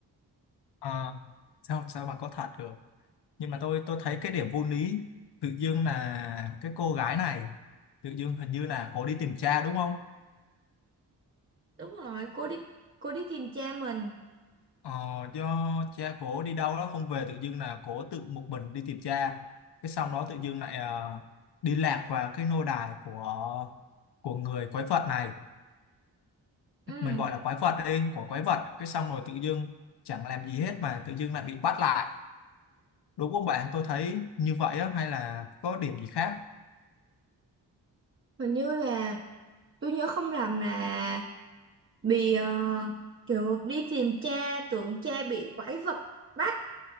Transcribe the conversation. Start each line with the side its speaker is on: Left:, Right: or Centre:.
Left: Ờ, sao sao mà có thật được nhưng mà tôi tôi thấy cái điểm vô lý tự dưng là cái cô gái này tự dưng hình như là có đi tìm cha đúng không
Right: Đúng rồi cô đi cô đi tìm cha mình
Left: Ờ, do cha cổ đi đâu đó không về tự dưng là cổ tự một mình đi tìm cha cái xong đó tự dưng lại ờ, đi lạc vào cái nô đài của của người quái vật này
Right: Ừ
Left: mình gọi là quái vật đi của quái vật cái xong rồi tự dưng chẳng làm gì hết mà tự dưng lại bị bắt lại đúng không bạn tôi thấy như vậy á hay là có điểm gì khác
Right: hình như là tôi nhớ không lầm là bị ờ, kiểu đi tìm cha tưởng cha bị quái vật bắt